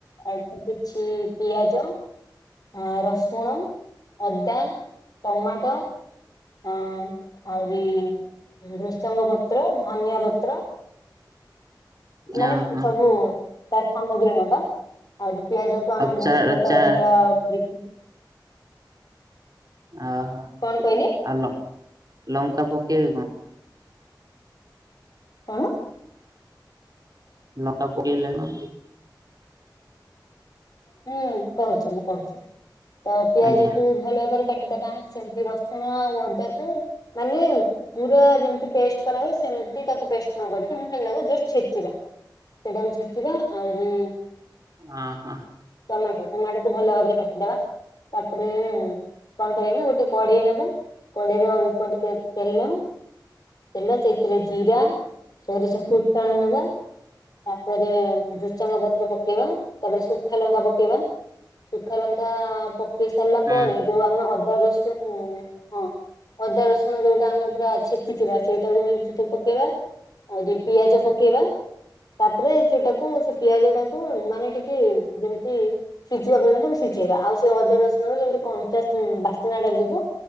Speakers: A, on the left; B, on the right.
A: ଅଳ୍ପ କିଛି ପିଆଜ ଅ- ରସୁଣ, ଅଦା, ଟମାଟୋ ଅ- ଆହୁରି ଭୃସଙ୍ଗ ପତ୍ର, ଧନିଆ ପତ୍ର ମାନେ
B: ଅ ହଁ
A: ସବୁ ତାର ସାମଗ୍ରୀ ନବା। ଆହୁରି ପିଆଜ କୁ ଆମେ
B: ଆଉ ଚା
A: ବହୁତ୍ ପତଳା
B: ଚା
A: ପତଳା କରିକି
B: ଓହୋ
A: କଣ କହିଲେ?
B: ଆଉ ଲ- ଲଙ୍କା ପକେଇବେ କଣ?
A: କଣ?
B: ଲଙ୍କା ପକେଇଲେ କଣ?
A: ହୁଁ କହୁଚି ମୁଁ କହୁଚି ତ ପିଆଜକୁ
B: ଆଜ୍ଞା
A: ଭଲ ଭାବରେ କାଟିଦବା ସେମତି ରସୁଣ ଆଉ ଅଦାକୁ ମାନେ ପୁରା ଯେମିତି ପେଷ୍ଟ କରା ହୁଏ ସେମିତି ତାକୁ ପେଷ୍ଟ୍ ନ କରିକି ଆମେ ଖାଲି ତାକୁ ଜଷ୍ଟ୍ ଛେଚିବା। ସେଇଟାକୁ ଛେଚିବା ଆହୁରି
B: ହଁ ହଁ
A: ଟମାଟୋ- ଟମାଟୋକୁୁ ଭଲ ଭାବରେ କାଟିଦବା। ତାପରେ କଣ କରିବା ନା ଗୋଟେ କଡେଇ ନବା କଡେଇରେ ଅଳ୍ପ ଟିକେ ତେଲ ତେଲ ସେଇଥିରେ ଜିରା ସୋରିଷ ଫୁଟଣ ନବା ତାପରେ ଭୃସଙ୍ଗ ପତ୍ର ପକେଇବା ତାପରେ ଶୁ ସୁୁଖାଲଙ୍କା ପକେଇବା ସୁଖାଲଙ୍କା ପକେଇ ସାରିଲା
B: ହୁଁ
A: ପରେ ଯଉ ଆମେ ଅଦା ରସୁଣ କୁ ହଁ ଅଦା ରସୁଣ ଯଉଟା ଆମେ ପୁରା ଛେଚିଥିବା ସେଇଟାକୁ ନେଇକି ସେଠି ପକେଇବା। ଆଉ ଟିକେ ପିଆଜ ପକେଇବା ତାପରେ ସେଇଟାକୁ ସେ ପିଆଜ ଟାକୁ ମାନେ ଟିକେ ଯେମିତି ସିଝିବା ପର୍ଯ୍ୟନ୍ତ ତାକୁ ସିଝେଇବା ଆଉ ସେ ଅଦା ରସୁଣ ର ଯେମିତି କଞ୍ଚା ସ୍ମେ- ବାସ୍ନା ଟା ଯିବ